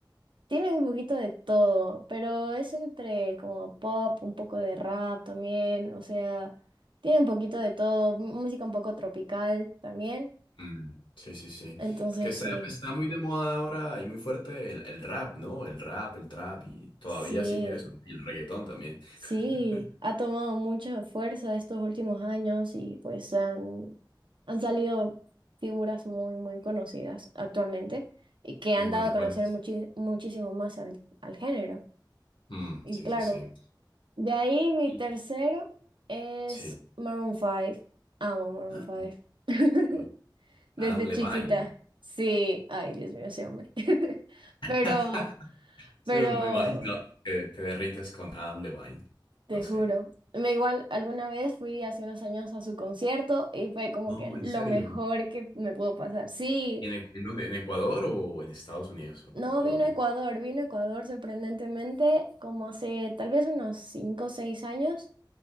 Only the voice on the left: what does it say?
Mm, Sí, sí, sí.
Porque está,
está muy de moda ahora y muy fuerte el, el rap, ¿no? El rap, el trap y todavía
sigue eso. Y el reggaetón también.
<laughs>
Y bueno,
¿y
cuál
es?
Mm,
sí,
sí, sí.
Y-
Sí.
Ah,
ok.
Adam Levine.
<laughs> Sí,
me, me imagino que te derrites con Adam Levine.
Lo sé.
No,
¿en
serio?
¿En, Ecu- en dónde? ¿En Ecuador o en Estados Unidos? ¿O,
co- o
dónde?